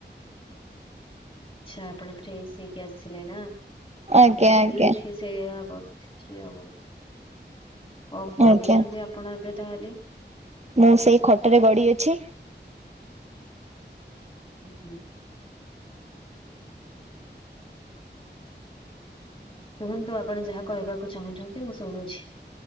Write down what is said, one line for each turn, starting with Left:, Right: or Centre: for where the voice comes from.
Left: ଆଛା ଆପଣ ଫ୍ରେସ ହେଇକି ଆସିଲେ ନା
Right: ଆଜ୍ଞା
Left: ମୁଁ
Right: ଆଜ୍ଞା
Left: ବି ଏଠି ସେଇଆ ବସିଛି ଆଉ। କଣ କରୁଛନ୍ତି
Right: ଆଜ୍ଞା
Left: ଆପଣ ଏବେ ତାହେଲେ?
Right: ମୁଁ ସେଇ ଖଟରେ ଗଡ଼ିଅଛି।
Left: ହୁଁ ହୁଁ। କୁହନ୍ତୁ ଆପଣ ଯାହା କହିବାକୁ ଚାହୁଁଛନ୍ତି ମୁଁ ଶୁଣୁଛି।